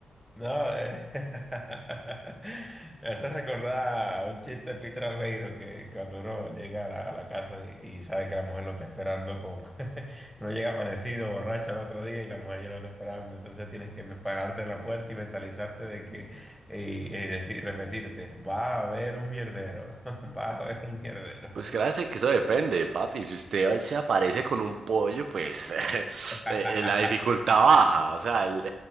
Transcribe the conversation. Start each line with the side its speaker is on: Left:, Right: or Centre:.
Centre: No, eh, <laughs> me hace recordar un chiste de Peter Albeiro que cuando uno llega a la, a la casa y, y sabe que la mujer lo está esperando con... <laughs> uno llega amanecido, borracho al otro día y la mujer ya lo está esperando. Entonces tienes que me- pararte en la puerta y mentalizarte de que... Y, y decir, repetirte, va a haber un mierdero, <laughs> va a haber un mierdero.
Right: Pues créanse que eso depende, papi. Si usted se aparece con un pollo, pues <laughs>
Centre: <laughs>
Right: eh, la dificultad baja. O sea, el-